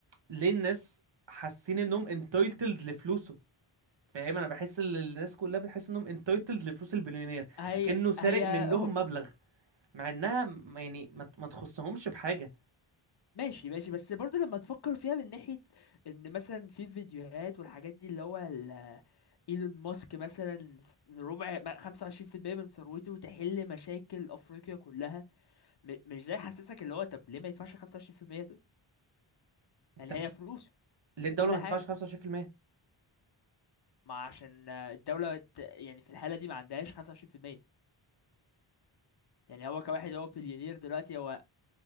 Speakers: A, on the right (about 65°); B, on the left (about 55°).
A: ليه الناس حاسين انهم انتايتلد لفلوسه فاهم انا بحس ان الناس كلها بتحس انهم انتايتلد لفلوس البليونير
B: هي
A: كأنه سارق
B: هي
A: منهم مبلغ مع انها م- يعني ما ما تخصهمش بحاجه
B: ماشي ماشي بس برضو لما تفكر فيها من ناحية ان مثلا في فيديوهات والحاجات دي اللي هو ال- ايلون ماسك مثلا س- ربع ما- 25% من ثروته تحل مشاكل افريقيا كلها م- مش ده يحسسك اللي هو طب ليه ما يدفعش 25% دول يعني
A: طب
B: هي فلوسه
A: ليه
B: وكل
A: الدوله ما
B: حاجة
A: تدفعش 25%
B: ما عشان الدولة بت- يعني في الحالة دي ما عندهاش 25% يعني هو كواحد هو بليونير دلوقتي هو